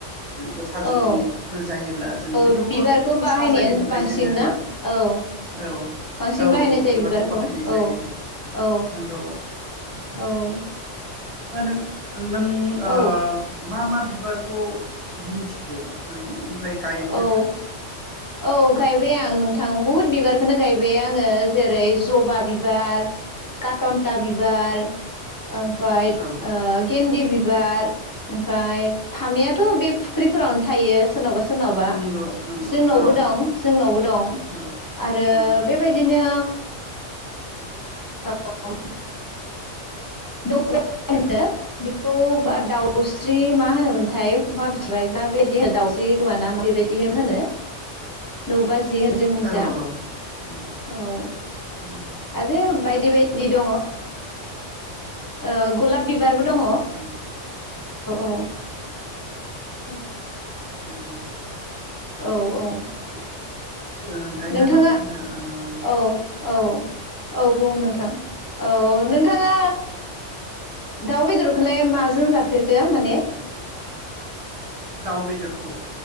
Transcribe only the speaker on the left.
औ
औ
बिबारखौ बाहायनाया
बांसिन
ना औ
बांसिन
बाहायनाय जायो
औ
औ
औ
औ
औ औ गाय गायबाय आं नोंथां बुहुत बिबारखौनो गायबाय आङो जेरै जबा बिबार कटनटा बिबार ओमफाय
गेन्दि बि बार ओमफ्राय फामियाथ बे फुख्रिफोरावनो थायो सोरनावबा सोर सोरनावबा
जोंनावबो
दं जोंनावबो दं
आरो
बेबायदिनो <unintelligible> नौ होनो बेखौ बा दाउस्रि मा होनोमोनथाय माथिबाय माबदि दाउस्रि गोबाना बेबायदि होनो नौबा जिहोन जोंनि
जा
औ
आरो बायदि बायदि दङ ओ गुलाब बिबारबो
दङ औ
औ होम
औ औ <inaudible>
नोंथाङा
औ औ औ बुं नोंथां औ नोंथाङा दाउ बेदरखोलाय माजों जाफेरखो माने